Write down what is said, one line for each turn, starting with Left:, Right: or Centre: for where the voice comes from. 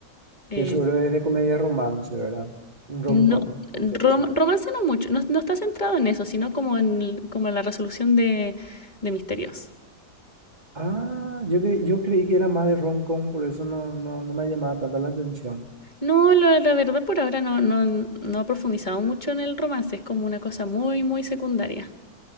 Left: Eh,
Right: De seguro es de comedia romance, ¿verdad? Un rom-com,
Left: No,
Right: como
Left: rom-
Right: se dice.
Left: romance no mucho, no, no está centrado en eso, sino como en, el- como en la resolución de, de misterios.
Right: Ah, yo, cre- yo creí que era más de rom-com, por eso no, no, no me llamaba tanta la atención.
Left: No, la, la verdad por ahora no, no, no he profundizado mucho en el romance, es como una cosa muy, muy secundaria.